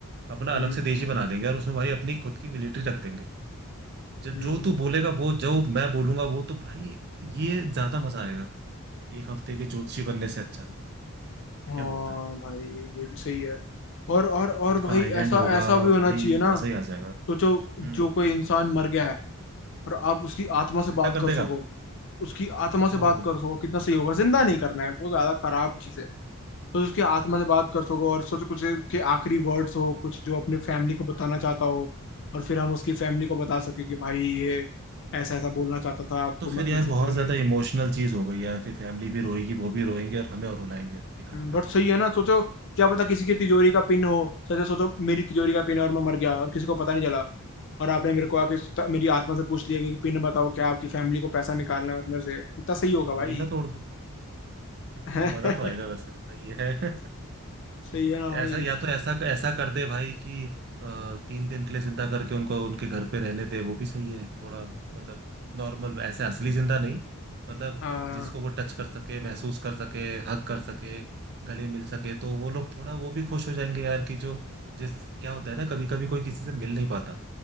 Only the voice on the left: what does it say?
हम्म
हम्म
हाँ
भाई ये भी सही है और और और
भाई
ऐसा
ऐसा भी होना
चाहिए ना
सोचो
जो कोई इंसान मर गया है और आप उसकी
आत्मा से
बात
कर
सको उसकी आत्मा से बात
कर सको कितना सही होगा जिंदा नहीं करना है वो ज्यादा खराब चीज है तो उसकी आत्मा से बात कर सको और सोचो कुछ के आखिरी वर्ड्स हो कुछ जो अपने फैमिली को बताना
चाहता हो और फिर हम उसकी फैमिली को बता सके कि भाई ये ऐसा ऐसा बोलना चाहता था आपको
मरने
से पहले
बट सही
है ना सोचो क्या पता किसी की तिजोरी का पिन हो सोचो सोचो मेरी तिजोरी का पिन है और मैं मर गया और किसी को पता नहीं चला और आपने मेरे को आके मेरी आत्मा से पूछ लिया कि पिन बताओ क्या आपकी फैमिली को पैसा निकालना है उसमें से कितना सही
होगा
भाई
<laughs>
सही है ना भाई
हाँ